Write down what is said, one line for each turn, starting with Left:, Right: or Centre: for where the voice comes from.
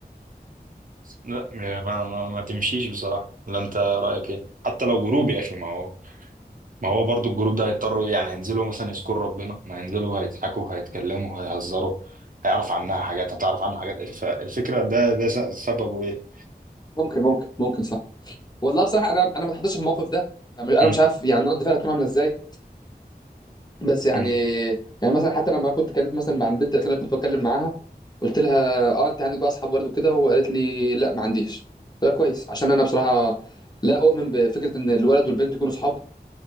Right: لا ما, ما, ما تمشيش بصراحه لا انت رايك ايه حتى لو جروب يا اخي ما هو ما هو برضو الجروب ده هيضطروا يعني هينزلوا مثلا يذكروا ربنا ما هينزلوا هيضحكوا هيتكلموا هيهزروا هيعرف عنها حاجات هتعرف عنها حاجات فالفكرة ده ده س- سببه ايه؟
Left: ممكن ممكن ممكن صح والله بصراحه انا انا ما اتحطيتش في الموقف ده انا مش أنا
Right: مم.
Left: مش عارف يعني رد فعلي هتكون عامله ازاي بس يعني
Right: مم.
Left: يعني مثلا حتى لما كنت كانت مثلا مع البنت اللي كنت بتكلم معاها قلت لها اه انت عندك بقى اصحاب ورد وكده وقالت لي لا ما عنديش ده كويس عشان انا بصراحه لا اؤمن بفكره ان الولد والبنت يكونوا اصحاب